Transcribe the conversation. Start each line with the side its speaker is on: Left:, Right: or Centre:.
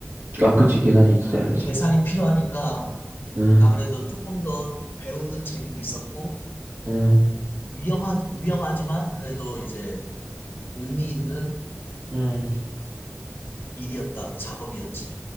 Right: 아, 그치. 계산이 있어야
Left: 아,
Right: 되지.
Left: 계산이 필요하니까
Right: 응,
Left: 아무래도 조금 더 배우는 재미도 있었고,
Right: 응,
Left: 위험하, 위험하지만 그래도 이제 의미 있는
Right: 응.
Left: 일이었다, 작업이었지.